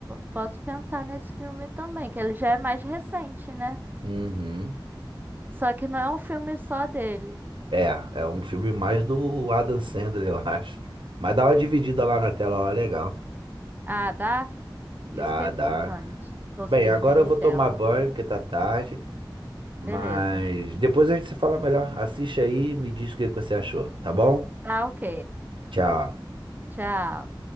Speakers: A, on the right; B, on the right.
A: posso pensar nesse filme também, que ele já é mais recente, né?
B: Uhum.
A: Só que não é um filme só dele.
B: É, é um filme mais do Adam Sandler, <laughs> eu acho. Mas dá uma dividida lá na tela, lá legal.
A: Ah, dá?
B: Dá,
A: Isso que é importante.
B: dá.
A: Consegui
B: Bem, agora
A: dividir
B: eu vou
A: tela.
B: tomar banho, porque tá tarde. Mas
A: Beleza.
B: depois a gente se fala melhor. Assiste aí e me diz o que que você achou, tá bom?
A: Tá, ok.
B: Tchau.
A: Tchau.